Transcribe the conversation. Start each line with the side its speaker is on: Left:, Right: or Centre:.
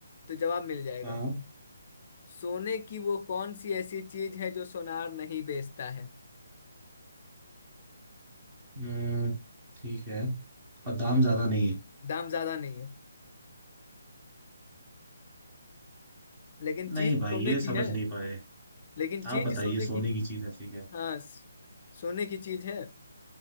Left: तो जवाब मिल जाएगा
Right: हाँ
Left: सोने की वो कौन सी ऐसी चीज है जो सोनार नहीं बेचता है
Right: हम्म, ठीक है और दाम ज्यादा नहीं है
Left: दाम ज्यादा नहीं है लेकिन
Right: नहीं
Left: चीज
Right: भाई
Left: सोने
Right: ये
Left: की
Right: समझ
Left: है
Right: नहीं पाए
Left: लेकिन चीज
Right: आप बताइए
Left: सोने की
Right: सोने की चीज ऐसी क्या है
Left: हाँ स- सोने की चीज है